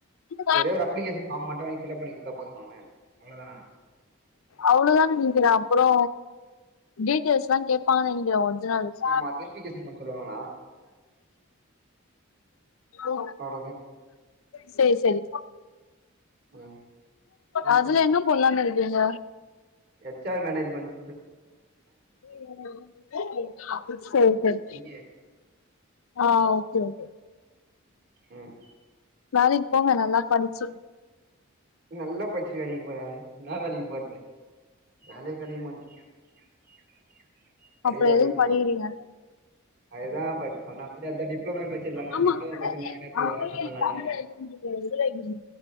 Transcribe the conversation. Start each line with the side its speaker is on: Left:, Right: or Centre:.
Left: இ
Right: ஒரே ஒரு அப்ளிகேஷன் ஃபார்ம் மட்டு வாங்கி ஃபில்அப் பண்ணி குடுத்தா போதுமாமே அவ்ளோதானா
Left: அவுளோதான் நென்க்கிறே அப்புறோ டீட்டெயல்ஸ்லா கேப்பாங்க நெனைக்கிற ஒர்ஜுனல் <inaudible>
Right: ஆமா வெரிஃபிகேஷன் பண்ண சொல்லுவாங்களா
Left: ஓ
Right: அவ்ளோதா
Left: சேரி சேரி
Right: ம் அப்ப
Left: அதுல என்ன போட்லான் இருக்கீங்க
Right: ஹெச் ஆர் மேனேஜ்மெண்ட்திலியு
Left: சேரி சேரி
Right: எம் பி ஏ
Left: ஆ ஓகே ஓகே
Right: ம்
Left: வேலைக் போங்க நல்லா படிச்சு
Right: நல்லா படிச்சுட்டு வேலைக்கு போங்க என்னா வேலைக்கு போற்து வேலயே கெடைக்க மாட் <unintelligible> படிக்கிற
Left: அப்புறோ
Right: வேலைக்கு
Left: எதுக்
Right: போ
Left: படிக்கிறீங்க
Right: அதுதான் இப்ப சொன்ன மாரி அதான் டிப்ளமோ படிச்சிருக்காங்க
Left: ஆமா
Right: டிப்ளமோ படிச்சிருந்தா
Left: இது
Right: என்னத்துக்கு அந்த கம்பெனில நல்ல வேல
Left: வந்து